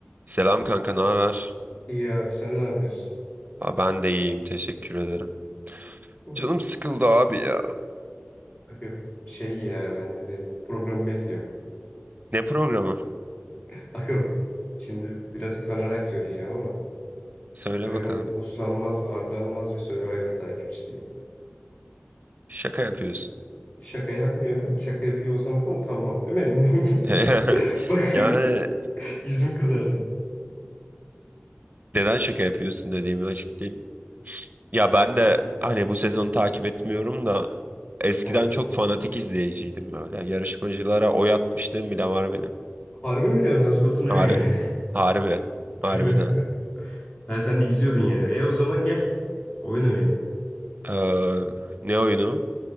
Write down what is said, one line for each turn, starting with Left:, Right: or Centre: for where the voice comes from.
Right: Selam kanka, ne haber?
Left: İyi abi sen ne yapıyorsun?
Right: Ha, Ben de iyiyim, teşekkür ederim.
Left: Hı.
Right: Canım sıkıldı abi ya.
Left: Aga şey ya ben de benim programı bekliyorum.
Right: Ne programı?
Left: <laughs> Aga şimdi biraz utanarak söyleyeceğim ama
Right: Söyle
Left: aga
Right: bakalım.
Left: ben uslanmaz arlanmaz bir Survivor takipçisiyim.
Right: Şaka yapıyorsun.
Left: Şaka yapmıyorum. Şaka yapıyor olsam zaten utanmam değil mi?
Right: <laughs>
Left: <laughs> Bak
Right: Yani
Left: <laughs> yüzüm kızardı.
Right: neden şaka yapıyorsun dediğimi açıklayayım. Ya ben
Left: Söyle.
Right: de hani bu sezonu takip etmiyorum da eskiden
Left: Evet.
Right: çok fanatik izleyiciydim böyle. Yarışmacılara oy atmışlığım bile var benim.
Left: Harbi mi diyorsun hastasına
Right: Har
Left: yani?
Right: harbi,
Left: <laughs>
Right: harbiden.
Left: Ha sen de izliyordun yani. E o zaman gel. Oyun oynayalım.
Right: Ee, ne oyunu?